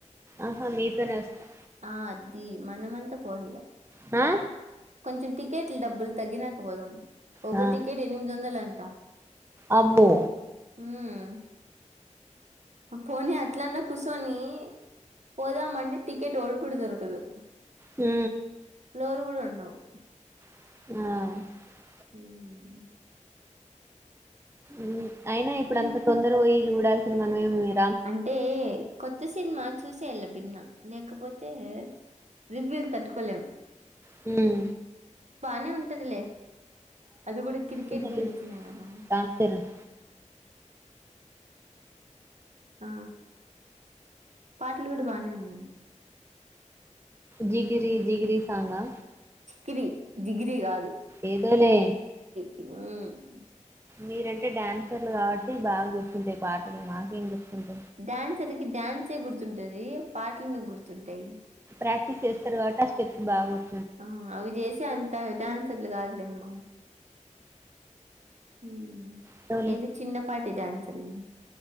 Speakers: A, on the right; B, on the right.
A: ఆహా మీతోనే వస్తా
B: ఆ అద్ది మనమంత పోహల్లా
A: ఆ
B: కొంచం టికెట్లు డబ్బులు తగ్గినకపో పోదాం ఒక
A: ఆ
B: టికెట్ ఎనిమిది వందల అంట్ త
A: అబ్బో
B: హ్మ పోనీ అట్లన్న కుసోనీ పోదామంటే టికెట్ ఒకడు కూడ దొరుకదు.
A: హ్మ
B: కొరు కూడ ఉండవ్.
A: ఆ
B: హ్మ
A: ఉ అయినా ఇప్పుడు
B: ఏం
A: అంత తొందర పోయి చూడాల్ సింది మనమే <unintelligible>
B: అంటే కొత్త సిన్మా చూసేళమ్ భిన్న లేకపోతే రివ్యూల్ తట్టుకోలేం.
A: హ్మ
B: నే ఉంటదిలే. అది కూడ క్రికెట్
A: రోజులు
B: గురించనే కదా.
A: రామ్ చరణ్
B: ఆ పాటలు కూడ బానే ఉన్నయి.
A: జిగిరి జిగిరి సాంగా.
B: చికిరి జిగిరి గాదు
A: ఏదోలే
B: ఆ
A: మీరంటే డ్యాన్సర్లు కాబట్టి బాగ గుర్తుంటయి పాటలు మాకేం గుర్తుంటయి.
B: డ్యాన్సర్కి డ్యాన్సే గుర్తుంటదీ, పాటలెందుకు గుర్తుంటయి.
A: ప్రాక్టీస్ చేస్తరు కాబట్టె ఆ స్టెప్స్ బాగుర్
B: ఆ అవి జేసే అంత డాన్స్ న్సర్లు కాదులేమ్మ. హ్మ
A: ఏదో
B: ఇది చిన్న పాటి డాన్స్ లం